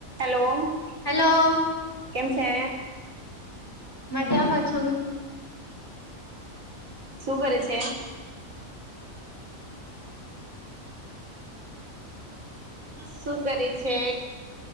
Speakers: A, on the right; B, on the left.
A: Hello.
B: Hello
A: કેમ છે?
B: મજામાં છું
A: શું કરે છે? શું કરે છે?